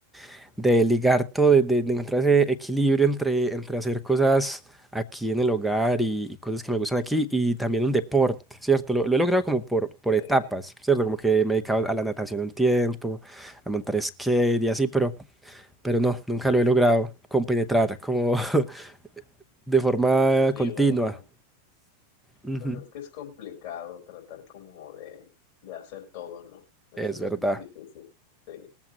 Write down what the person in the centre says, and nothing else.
de ligar todo, de, de- de encontrar ese equilibrio entre, entre hacer cosas aquí en el hogar y, y cosas que me gustan aquí y también un deporte, ¿cierto? Lo, lo he logrado como por, por
etapas, ¿cierto? Como que me he dedicado a la natación un tiempo, a montar skate y así, pero, pero no, nunca lo he logrado compenetrar como <laughs> de forma
continua.
Ujú.
Es
verdad,